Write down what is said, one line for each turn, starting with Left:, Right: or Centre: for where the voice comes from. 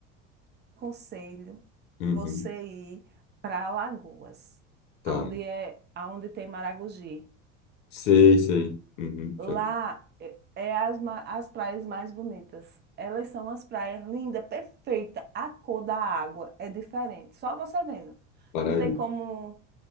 Right: conselho,
Left: uhum,
Right: você ir para Alagoas,
Left: tá.
Right: aonde é, aonde tem Maragogi.
Left: Sei, sei. Uhum,
Right: Lá
Left: deixa eu
Right: é, é as, ma- as praias mais bonitas. Elas são as praias lindas, perfeita. A cor da água é diferente. Só você vendo.
Left: parar
Right: Não tem
Left: aí.
Right: como.